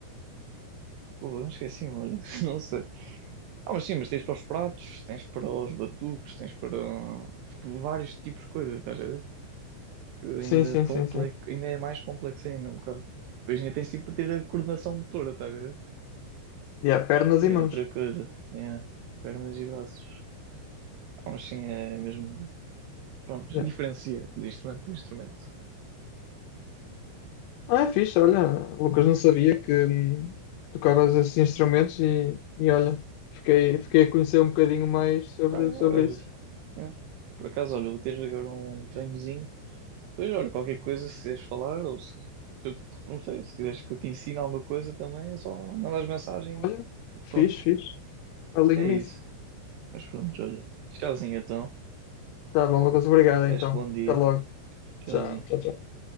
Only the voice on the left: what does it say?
Sim, sim,
sim, sim.
Yeah, pernas
e
mãos.
Yeah.
Ah, é fixe, olha, Lucas, não sabia que, hum, que tocavas esses instrumentos e, e olha, fiquei, fiquei a conhecer um bocadinho mais sobre,
sobre
isso.
Olha,
fixe,
fixe, alinho
nisso.
Tá bom, Lucas, obrigado então.
Até logo.
Tchau, tchau, tchau.